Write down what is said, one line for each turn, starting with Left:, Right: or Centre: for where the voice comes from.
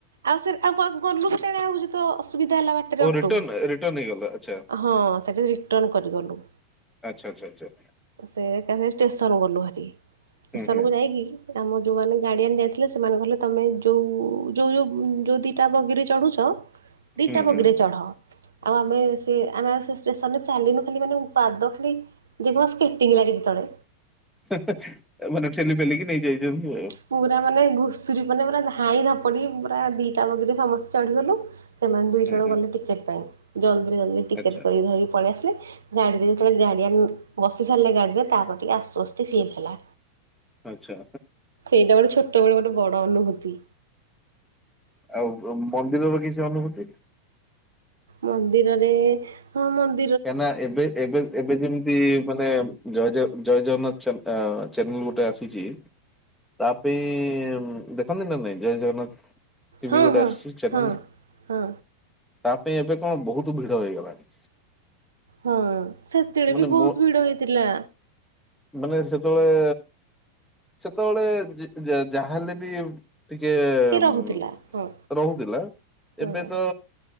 Right: ଆଉ ସେ ଆଉ ପା ଗଲୁ କେତେବେଳେ ସେତ ଅସୁବିଧା ହେଲା ବାଟ ବାଟରେ
Centre: ଓ
Right: ଅଟୋ,
Centre: ରିଟର୍ନ ରିଟର୍ନ ହେଇଗଲା ଆଚ୍ଛା
Right: ହଁ, ସେଠୁ ରିଟର୍ନ କରିଗଲୁ।
Centre: ଆଚ୍ଛା ଆଚ୍ଛା ଆଚ୍ଛା।
Right: ସେ ଏକାଥରେ ଷ୍ଟେସନ ଗଲୁ ହା। ଷ୍ଟେସନକୁ
Centre: ହୁଁ ହୁଁ
Right: ଯାଇକି ଆମ ଯୋଉମାନେ ଗାଡିଆନ୍ ଯାଇଥିଲେ ସେମାନେ କହିଲେ ତମେ ଯୋଉ ଯୋଉ ଯୋଉ ଯୋଉଦି ଦିଟା ବଗିରେ ଚଢୁଛ ଦିଟା
Centre: ହୁଁ ହୁଁ।
Right: ବଗିରେ ଚଢ। ଆଉ ଆମେ ସେ ଆମେ ଆଉ ସେ ଷ୍ଟେସନ୍ ରେ ଚାଲିନୁ ଖାଲି ମାନେ ପାଦ ଖାଲି ଯିଏ କହିବ ସ୍କେଟିଂ ଲାଗିଛି ତଳେ।
Centre: ଏ ମାନେ ଠେଲି ପେଲିକି ନେଇ ଯାଇଛନ୍ତି ଆଉ।
Right: ପୁରା ମାନେ ଘୁଷୁରୀ ମାନେ ପୁରା ଧାଇଁ ଧପଡି ପୁରା ଦିଟା ବଗିରେ ସମସ୍ତେ ଚଢିଗଲୁ। ସେମାନେ ଦୁଇ
Centre: ହୁଁ
Right: ଜଣ
Centre: ହୁଁ
Right: ଗଲେ ଟିକେଟ ପାଇଁ, ଜଲ୍ଦିରେ ଜଲଦି ଟିକେଟ
Centre: ଆଚ୍ଛା
Right: କରିକି ଧରିକି ପଳେଇ ଆସିଲେ। ଗାଡିରେ ଯେତେବେଳେ ଗାଡିଆନ ବସି ସାରିଲେ ଗାଡିରେ ତାପରେ ଟିକେ ଆଶ୍ୱସ୍ତି ଫିଲ୍ ହେଲା।
Centre: ଆଚ୍ଛା।
Right: ଏଇଟା ଗୋଟେ ଛୋଟବେଳର ଗୋଟେ ବଡ଼ ଅନୁଭୂତି।
Centre: ଆଉ ମନ୍ଦିରର କିଛି ଅନୁଭୂତି।
Right: ମନ୍ଦିରରେ, ହଁ ମନ୍ଦି
Centre: କାହିଁକ ନା ଏବେ ଏବେ ଏବେ ଯେମିତି ମାନେ ଜୟ ଜୟ ଜୟ ଜଗନ୍ନାଥ ଚ୍ୟାନେଲ ଗୋଟେ ଆସିଛି। ତା ପାଇଁ ଦେଖନ୍ତି ନା ନାଇଁ ଜୟ ଜଗନ୍ନାଥ? ଟିଭି
Right: ହଁ
Centre: ଗୋଟେ
Right: ହଁ
Centre: ଆସିଛି ଚ୍ୟାନାଲ
Right: ହଁ। ହଁ
Centre: ତା ପାଇଁ ଏବେ କଣ ବୋହୁତ ଭିଡ ହେଇଗଲାଣି।
Right: ହଁ ସେତେବେଳେ
Centre: ମାନେ
Right: ବି ବୋହୁତ
Centre: ମୋ
Right: ଭିଡ ହେଇଥିଲା।
Centre: ମାନେ ସେତେବେଳେ ସେତେବେଳେ ଯି ଯା ଯାହାହେଲେ ବି ଟିକେ ଉମ୍
Right: ରହୁଥିଲା ହଁ
Centre: ରୋହୁଥିଲା
Right: ହଁ
Centre: ଏବେ ତ